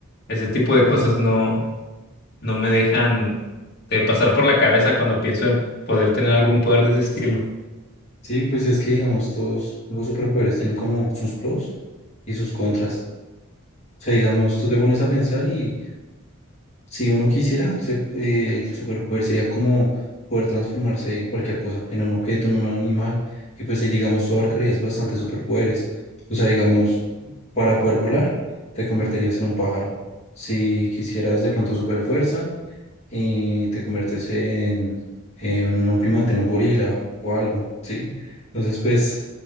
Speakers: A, on the left (about 45°); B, on the left (about 30°).
A: Ese tipo de cosas
B: Ujú.
A: no, no me dejan de pasar por la cabeza cuando pienso en poder tener algún poder de ese estilo.
B: Sí, pues es que digamos, todos los superpoderes tienen como sus pros y sus contras. O sea, digamos, tú te pones a pensar y si uno quisiera, se- eh, el superpoder sería como poder transformarse en cualquier cosa, en un objeto, en un animal, y pues ahí digamos, tú abarcarías bastantes superpoderes. O sea, digamos, para poder volar, te convertirías en un pájaro. Si quisieras de pronto super fuerza, y te conviertes en, en un primate, en un gorila o algo, ¿sí? Entonces, pues,